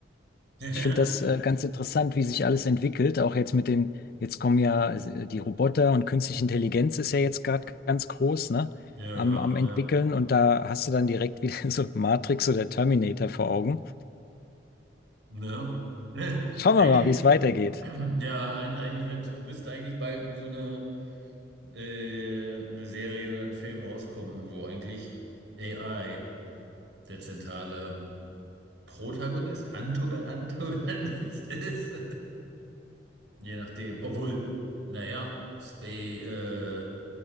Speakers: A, on the right (about 75°); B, on the left (about 50°).
A: <laughs>
B: ich finde das äh, ganz interessant, wie sich alles entwickelt. Auch jetzt mit den, jetzt kommen ja also, äh, die Roboter und künstliche Intelligenz ist ja jetzt gerade ganz groß, ne?
A: Ja,
B: Am, am entwickeln
A: ja.
B: und da hast du dann direkt wieder <laughs> so Matrix oder Terminator vor Augen.
A: Ne? <laughs>
B: Schauen
A: Eigentlich,
B: wir mal, wie es weitergeht.
A: <clears throat> ja, ein- eigentlich wird, müsste eigentlich bald so eine, äh, eine Serie oder ein Film rauskommen, wo eigentlich AI der zentrale Protagonist, Antogon Antagonist <laughs> ist. Je nachdem. Obwohl, naja, Spa äh,